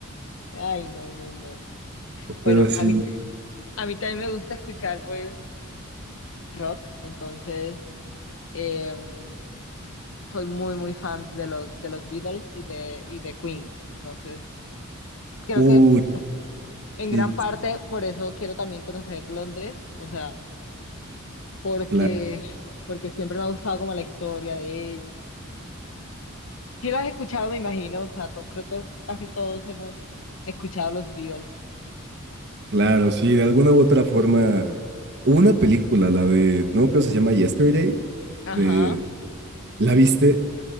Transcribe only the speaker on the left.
Ay, no, no, no, no.
Bueno,
a mí, a mí también me gusta escuchar, pues, rock, entonces em, soy muy, muy fans de los, de los Beatles y de, y de Queen. Entonces, creo
que en
gran parte por eso quiero también conocer Londres, o sea, porque,
porque siempre me ha gustado como la historia de ellos, Sí lo has escuchado, me imagino, o sea, to- creo que casi todos hemos escuchado los Beatles.
Ajá.